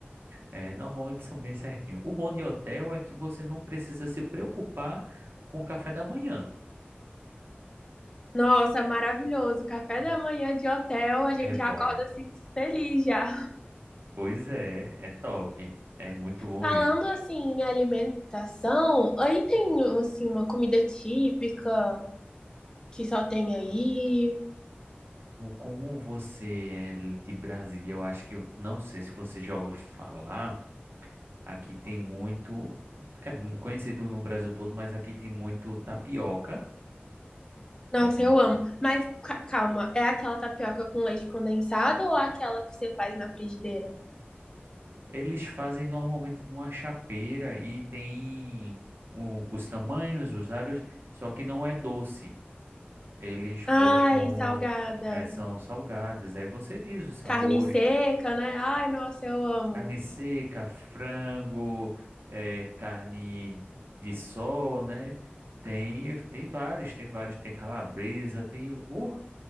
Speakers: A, on the right; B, on the left.
A: É, normalmente são bem certinhos. O bom de hotel é que você não precisa se preocupar com o café da manhã.
B: Nossa, maravilhoso. Café
A: né?
B: da manhã de hotel, a gente
A: É bom.
B: acorda assim feliz já.
A: Pois é, é top. É muito bom
B: Falando
A: mesmo.
B: assim em alimentação, aí tem assim uma comida típica que só tem aí.
A: Ou Como você é de Brasília, eu acho que, não sei se você já ouviu falar, aqui tem muito, é conhecido no Brasil todo, mas aqui tem muito tapioca,
B: Nossa,
A: é muito.
B: eu amo. Mas ca- calma, é aquela tapioca com leite condensado ou aquela que você faz na frigideira?
A: Eles fazem normalmente numa chapeira e tem o- os tamanhos, os aros, só que não é doce. Eles botam,
B: Ai, salgada.
A: é, são salgadas, aí você diz os sabores.
B: Carne seca, né? Ai, nossa, eu amo.
A: Carne seca, frango, eh, carne de sol, né? Tem, tem vários, tem vários. Tem calabresa, tem, uh,